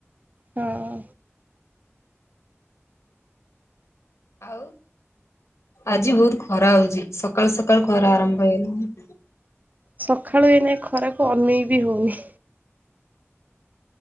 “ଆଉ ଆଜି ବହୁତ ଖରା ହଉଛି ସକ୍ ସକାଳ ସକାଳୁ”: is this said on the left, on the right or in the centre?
Left